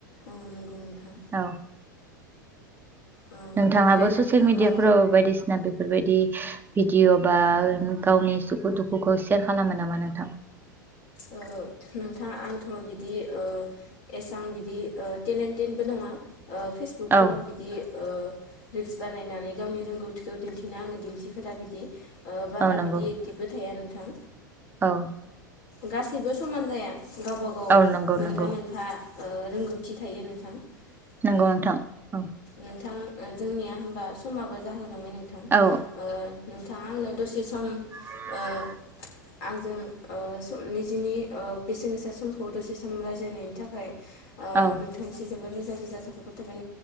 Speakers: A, on the left (about 60°); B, on the right (about 20°).
A: औ नंगौ नोंथां
B: औ
A: औ
B: नोंथाङाबो
A: दे नोंथां
B: ससियेल मिडियाफोराव
A: औ
B: बायदिसिना बेफोरबायदि भिदिअ बा गावनि सुखु दुखुखौ सेयार खालामो नामा नोंथां?
A: ओ नोंथां आंथ' बिदि ओ एसां बिदि ओ टेलेन्टेडबो नङा। ओ फेसबुकफोराव
B: औ
A: बिदि ओ रिल्स बानायनानै गावनि रोंगौथिखौ दिन्थिनो आङो दिन्थिफेरा बिदि। बारा
B: औ नंगौ
A: बिदि एक्टिभबो थाया नों नोंथां
B: औ
A: गासैबो समान जाया गावबा गाव
B: औ नंगौ
A: मोनफा
B: नंगौ
A: मोनफा ओ रोंगौथि थायो नोंथां।
B: नोंगौ
A: ओ
B: नोंथां औ
A: नोंथां जोंनिया होमबा समाबो जाहोलांबाय।
B: औ
A: ओ <unintelligible> नोंथाङा आंनो दसे सम
B: <inaudible>
A: ओ आंजों ओ निजिनि ओ बेसेन गोसा समखौ दसे सम रायज्लायनायनि थाखाय ओ
B: औ
A: नोंथांनिसिम रोजा रोजा साबायखर